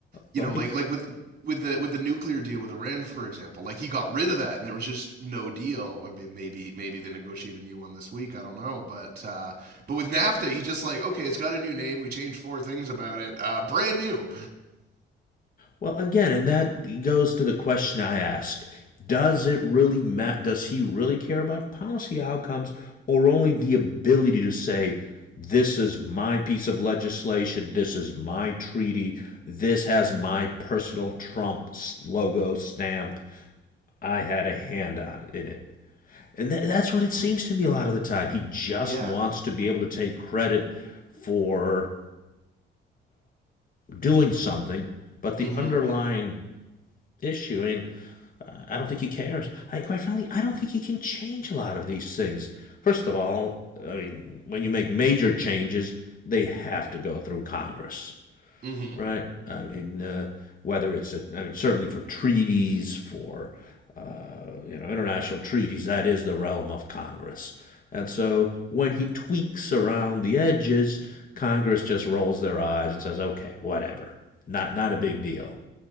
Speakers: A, on the right; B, on the left.
A: you
B: Well,
A: know,
B: be-
A: like like with with the with the nuclear deal with Iran, for example, like he got rid of that, and there was just no deal. I mean, maybe maybe they negotiate a new one this week. I don't know, but uh, but with NAFTA, he just like okay, it's got a new name. We changed four things about it. Uh, brand new.
B: Well, again, and that goes to the question I asked. Does it really matter? Does he really care about policy outcomes or only the ability to say, this is my piece of legislation, this is my treaty, this has my personal Trump logo stamp, I had a hand on in it? And tha- that's what it seems to me a lot of the time. He just
A: Yeah.
B: wants to be able to take credit for doing something, but the
A: Mm-hmm.
B: underlying issue. I mean, I don't think he cares. I, mean, quite frankly, I don't think he can change a lot of these things. First of all, I mean, when you make major changes, they have to go through Congress,
A: Mm-hmm.
B: right? I mean, uh, whether it's, a, I mean, certainly for treaties, for uh, you know, international treaties, that is the realm of Congress. And so when he tweaks around the edges, Congress just rolls their eyes and says, okay, whatever. Not, not a big deal.